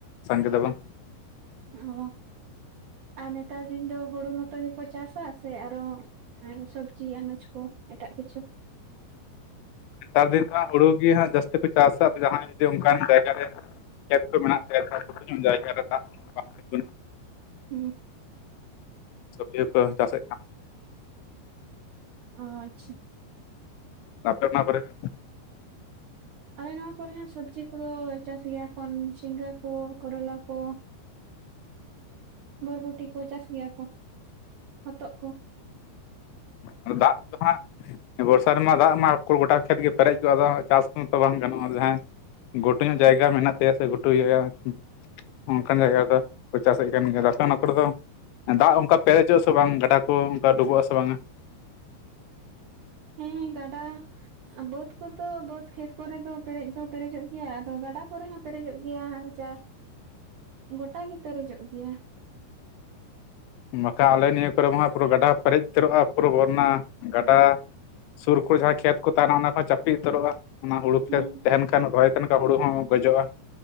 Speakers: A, on the left; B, on the right.
A: ᱥᱟᱸᱜᱮ ᱫᱚ ᱵᱟᱝ
B: ᱚ ᱟᱨ ᱱᱮᱛᱟᱨ ᱫᱤᱱ ᱫᱚ ᱦᱩᱲᱩ ᱢᱚᱛᱚ ᱜᱮᱠᱚ ᱪᱟᱥᱟ ᱥᱮ ᱟᱨᱚ ᱟᱨ ᱥᱚᱵᱽᱡᱤ ᱟᱱᱟᱡᱽ ᱠᱚ ᱮᱴᱟᱜ ᱠᱤᱪᱷᱩᱼᱼ
A: ᱱᱮᱛᱟᱨ ᱫᱤᱱ ᱫᱚ ᱦᱟᱸᱜ ᱦᱩᱲᱩ ᱜᱮ ᱦᱟᱸᱜ ᱡᱟᱹᱥᱛᱤ ᱠᱚ ᱪᱟᱥᱟ ᱡᱟᱦᱟᱸᱭ ᱡᱩᱫᱤ ᱚᱱᱠᱟᱱ ᱡᱟᱭᱜᱟ ᱨᱮ ᱠᱷᱮᱛ ᱠᱚ ᱢᱮᱱᱟᱜ ᱛᱟᱭᱟ ᱡᱟᱦᱟᱸ <unintelligible> ᱡᱟᱭᱜᱟ ᱨᱮ ᱫᱟᱜ ᱵᱟᱝ ᱛᱤᱸᱜᱩᱱᱟ
B: ᱦᱩᱸ
A: ᱥᱚᱵᱽᱡᱤ ᱦᱚᱸᱠᱚ ᱪᱟᱥᱮᱫ ᱠᱟᱱ
B: ᱚ ᱟᱪᱪᱷᱟ
A: <unintelligible> ᱟᱯᱮ ᱚᱱᱟ ᱠᱚᱨᱮ ᱜᱮᱼᱼ
B: ᱟᱞᱮ ᱱᱚᱣᱟ ᱠᱚᱨᱮ ᱦᱚᱸ ᱥᱚᱵᱽᱡᱤ ᱠᱚᱫᱚ ᱪᱟᱥ ᱜᱮᱭᱟ ᱠᱚ ᱡᱷᱤᱸᱜᱟᱹ ᱠᱚ ᱠᱚᱨᱚᱞᱟ ᱠᱚ᱾ ᱵᱚᱨᱵᱚᱴᱤ ᱠᱚ ᱪᱟᱥ ᱜᱮᱭᱟ ᱠᱚ ᱦᱚᱛᱚᱜ ᱠᱚ᱾
A: ᱦᱩᱸ ᱫᱟᱜ ᱫᱚ ᱦᱟᱸᱜ᱾ ᱵᱚᱨᱥᱟ ᱨᱮᱢᱟ ᱫᱟᱜ ᱢᱟ ᱠᱚᱲ ᱜᱚᱴᱟ ᱠᱷᱮᱛ ᱜᱮ ᱯᱮᱨᱮᱡ ᱠᱚᱜ-ᱟ ᱟᱫᱚ ᱪᱟᱥ ᱢᱟᱛᱚ ᱵᱟᱝ ᱜᱟᱱᱚᱜ-ᱟ ᱡᱟᱸᱦᱟᱭ᱾ ᱜᱷᱩᱴᱩ ᱧᱚᱜ ᱡᱟᱭᱜᱟ ᱢᱮᱱᱟᱜ ᱛᱟᱭᱟ ᱥᱮ ᱜᱷᱩᱴᱩ ᱜᱮᱭᱟ ᱟᱨᱠᱤ᱾ ᱚᱱᱠᱟᱱ ᱡᱟᱭᱜᱟ ᱫᱚ ᱠᱚ ᱪᱟᱥᱮᱜ ᱠᱟᱱ ᱜᱮᱭᱟ ᱟᱯᱮ ᱚᱱᱟ ᱠᱚᱨᱮ ᱫᱚ᱾ ᱫᱟᱜ ᱚᱱᱠᱟ ᱯᱮᱨᱮᱡᱚᱜ-ᱟ ᱥᱮ ᱵᱟᱝ ᱜᱟᱰᱟ ᱠᱚ ᱚᱱᱠᱟ ᱰᱩᱵᱟᱹᱜ-ᱟ ᱥᱮ ᱵᱟᱝᱟ᱾
B: ᱦᱮᱸ ᱜᱟᱰᱟ᱾ ᱵᱟᱹᱫᱽ ᱠᱚᱫᱚ ᱵᱟᱹᱫᱽ ᱠᱷᱮᱛ ᱠᱚᱨᱮ ᱫᱚ ᱯᱮᱨᱮᱡ ᱫᱚ ᱯᱮᱨᱮᱡᱚᱜ ᱜᱮᱭᱟ ᱟᱫᱚ ᱜᱟᱰᱟ ᱠᱚᱨᱮ ᱦᱚᱸ ᱯᱮᱨᱮᱡᱚᱜ ᱜᱮᱭᱟ ᱟᱫᱚ ᱪᱟᱥ᱾
A: <inaudible>
B: ᱜᱚᱴᱟ ᱜᱮ ᱯᱮᱨᱮᱡᱚᱜ ᱜᱮᱭᱟ᱾
A: ᱵᱟᱠᱷᱟᱱ ᱟᱞᱮ ᱱᱤᱭᱟᱹ ᱠᱚᱨᱮ ᱢᱟ ᱦᱟᱜ ᱯᱩᱨᱟᱹ ᱜᱟᱰᱟ ᱯᱮᱨᱮᱡ ᱩᱛᱟᱹᱨᱚᱜ-ᱟ ᱯᱩᱨᱟᱹ ᱵᱚᱨᱱᱟ ᱜᱟᱰᱟ᱾ ᱥᱩᱨ ᱠᱩ ᱡᱟᱦᱟ ᱠᱷᱮᱛ ᱠᱚ ᱛᱟᱦᱮᱱᱟ ᱚᱱᱟ ᱠᱚ ᱪᱟᱯᱮ ᱩᱛᱟᱹᱨᱚᱜ-ᱟ᱾ ᱚᱱᱟ ᱦᱩᱲᱩ ᱯᱷᱮᱛ
B: ᱦᱮᱸ
A: ᱛᱟᱦᱮᱱ ᱠᱷᱟᱱ ᱨᱚᱦᱚᱭ ᱛᱟᱦᱮᱱ ᱠᱷᱟ ᱦᱩᱲᱩ ᱦᱚᱸ ᱜᱚᱡᱚᱜᱼᱟ᱾